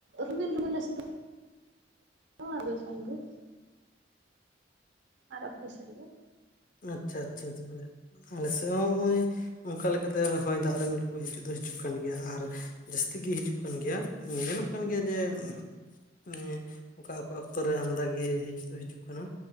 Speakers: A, on the right; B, on the left.
A: ᱨᱤᱢᱤᱞ ᱨᱤᱢᱤᱞ ᱞᱮ ᱥᱤᱛᱩ <unintelligible> ᱥᱚᱸᱜᱮ ᱾ ᱟᱨ ᱟᱯᱮ ᱥᱮᱜ ᱫᱚ?
B: ᱟᱪᱪᱷᱟ ᱟᱪᱪᱷᱟ ᱛᱚᱵᱮ, ᱟᱞᱮᱥᱮᱜ ᱦᱚᱸ ᱦᱚᱜᱼᱚᱭ ᱚᱝᱠᱟ ᱞᱮᱠᱟᱛᱮ ᱦᱚᱭ ᱫᱟᱜ ᱨᱤᱢᱤᱞ ᱠᱩ ᱦᱤᱡᱩᱜ ᱫᱚ ᱦᱤᱡᱩᱜ ᱠᱟᱱ ᱜᱮᱭᱟ ᱾ ᱟᱨ ᱡᱟᱹᱥᱛᱤ ᱜᱤ ᱦᱤᱡᱩᱜ ᱠᱟᱱ ᱜᱮᱭᱟ ᱾ ᱧᱮᱞᱚᱜ ᱠᱟᱱ ᱜᱮᱭᱟ ᱡᱮ ᱚᱱᱮᱸ ᱚᱠᱟ ᱚᱠᱟ ᱚᱠᱛᱚ ᱨᱮ ᱟᱢᱫᱟᱜᱮ ᱦᱮᱡ ᱫᱚ ᱦᱤᱡᱩᱜ ᱠᱟᱱᱟ,